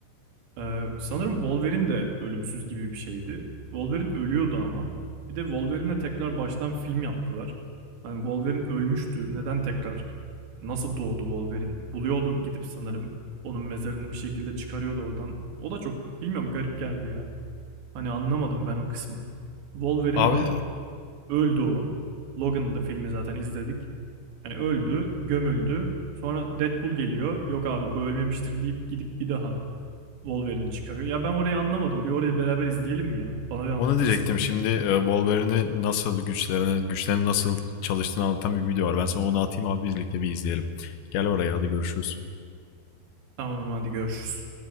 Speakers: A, on the right (about 75°); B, on the left (about 80°).
A: Ee, sanırım Wolverine de ölümsüz gibi bir şeydi. Wolverine ölüyordu ama. Bir de Wolverine'le tekrar baştan film yaptılar. Hani Wolverine ölmüştü. Neden tekrar nasıl doğdu Wolverine? Buluyordu gidip sanırım onun mezarını bir şekilde çıkarıyordu oradan. O da çok bilmiyorum garip geldi ya. Hani anlamadım ben o kısmı. Wolverine
B: Abi
A: var. Öldü o. Logan'dı filmi zaten izledik. Hani öldü, gömüldü. Sonra Deadpool geliyor. Yok abi bu ölmemiştir deyip gidip bir daha Wolverine'i çıkarıyor. Ya ben orayı anlamadım. Bir orayı beraber izleyelim mi ya? Bana bir anlatırsın.
B: onu diyecektim şimdi e, Wolverine'i nasıl güçlerini, güçlerini nasıl çalıştığını anlatan bir video var. Ben sana onu atayım abi birlikte bir izleyelim. Gel oraya hadi görüşürüz.
A: Tamam hadi görüşürüz.